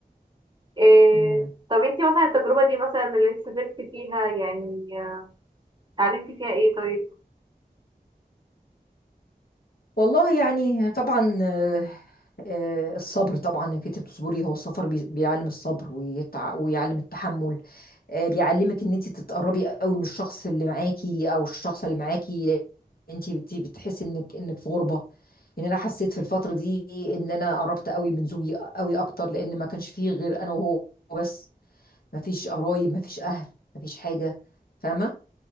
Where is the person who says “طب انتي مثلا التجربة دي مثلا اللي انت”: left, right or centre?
Right